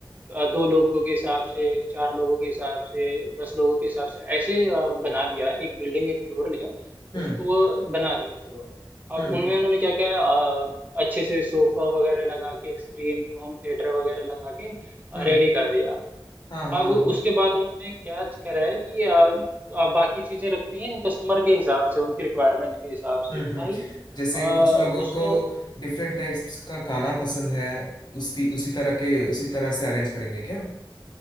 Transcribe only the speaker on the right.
आ, दो लोगों के हिसाब से चार लोगों के हिसाब से दस लोगों के हिसाब से ऐसे आ, बना दिया एक बिल्डिंग एक फ्लोर लिया
उसको बना दिए फ्लोर अब
उनमें
उन्होंने क्या क्या आ, अच्छे से सोफा वगैरह लगा के एक स्क्रीन होम थिएटर वगैरह लगा के
रेडी कर दिया
अब उसके
बाद उन्होंने क्या करा है कि आ, आ, बाकी चीजें रखती हैं कस्टमर के हिसाब से उनकी रिक्वायरमेंट के हिसाब से
कि
भाई
आ, उसको